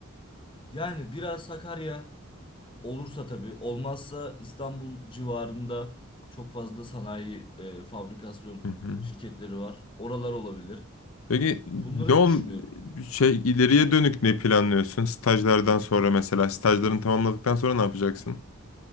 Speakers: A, on the left; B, on the left.
A: Yani biraz Sakarya olursa tabii. Olmazsa İstanbul civarında çok fazla sanayi, e, fabrikasyon
B: Hı hı.
A: şirketleri var. Oralar olabilir.
B: Peki
A: Bunları
B: ne ol
A: düşünüyorum.
B: şey ileriye dönük ne planlıyorsun? Stajlardan sonra mesela stajlarını tamamladıktan sonra ne yapacaksın?